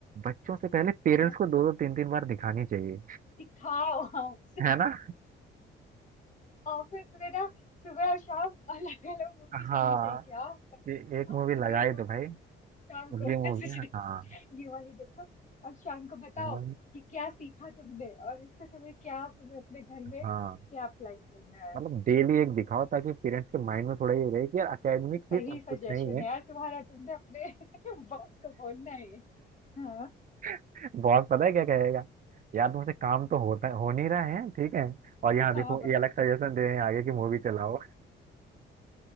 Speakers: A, on the right; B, on the left.
A: बच्चों से पहले पेरेंट्स
B: हाँ
A: को दो दो तीन तीन बार दिखानी चाहिए
B: दिखाओ हाँ
A: है ना
B: ऑफिस में ना सुबह और शाम अलग अलग मूवी चलनी
A: हाँ
B: चाहिए क्या हम
A: ये एक मूवी
B: सुबह
A: लगाई
B: ही मूवी
A: तो भाई
B: शाम को
A: ये
B: मैसेज
A: मूवी है हाँ
B: ये वाली देखो और शाम को बताओ
A: हाँ
B: कि क्या सीखा तुमने और इससे तुम्हें क्या तुम्हें अपने घर
A: हाँ
B: में क्या अप्लाई करना है
A: मतलब डेली एक दिखाओ ताकि पेरेंट्स के माइंड में थोड़ा ये रहे कि यार अकेडमिक
B: तो सही
A: ही सब
B: सजेशन
A: कुछ नहीं है
B: है यार तुम्हारा तुमने अपने <laughs> बॉस को बोलना है ये। हाँ
A: <laughs> बॉस पता है क्या कहेगा यार तुमसे काम तो होता हो नहीं रहा है ठीक है और यहाँ देखो
B: हाँ बताओ
A: ये अलग सजेशन दे रहे हैं आगे की मूवी चलाओ